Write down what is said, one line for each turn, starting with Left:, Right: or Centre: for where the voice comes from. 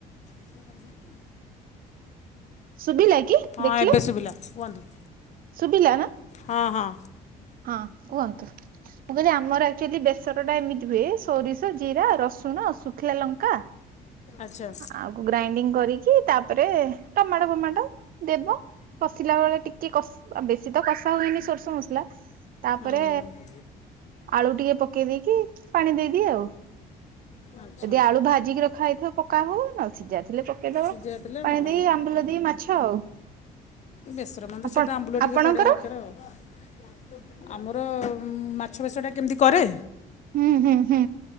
Left: <inaudible>
Right: ଶୁଭିଲା କି?
Left: ହଁ
Right: ଦେଖିଲେ
Left: ଏବେ ଶୁବିଲା କୁହନ୍ତୁ?
Right: ଶୁଭିଲା ନା?
Left: ହଁ ହଁ
Right: ହଁ କୁହନ୍ତୁ। ମୁଁ କହିଲି ଆମର ଆକ୍ଚୁଆଲି ବେସରଟା ଏମିତି ହୁଏ। ସୋରିଷ ଜିରା ରସୁଣ ଶୁଖିଲା ଲଙ୍କା
Left: ଆଚ୍ଛା
Right: ଆକୁ ଗ୍ରାଇଣ୍ଡିଙ୍ଗ କରିକି। ତାପରେ ଟମାଟ ଫମାଟ ଦେବ। କଶିଲା ବେଳେ ଟିକେ କଶି ଆ ବେ- ବେଶୀ ତ କଷା ହୁଏନି ସୋରିଷ ମସଲା। ତାପରେ
Left: ହୁଁ ହୁଁ
Right: ଆଳୁ ଟିକେ ପ ପକେଇ ଦେଇକି ପାଣି ଦେଇ ଦିଏ ଆଉ।
Left: ଆଚ୍ଛା
Right: ଯଦି ଆଳୁ ଭାଜିକି ରଖା ହେଇଥିବ ପକା ହଉ ନହେଲେ ସିଝା ଥିଲେ ପକେଇଦବ
Left: ସିଝା ଥିଲେ
Right: ପାଣି
Left: ହଁ
Right: ଦେଇ ଆମ୍ବୁଲ ଦେଇ ମାଛ ଆଉ।
Left: ବେସର ମାନେ ତ
Right: ଆପଣ
Left: ସେଇଟା ଆମ୍ବୁଲ
Right: ଆପଣଙ୍କର?
Left: ଟିକେ ପଡ଼ିବା ଦରକାର ଆଉ। ଆମର ମାଛ ବେସରଟା କେମିତି କରେ।
Right: ଉଁ ହୁଁ ହୁଁ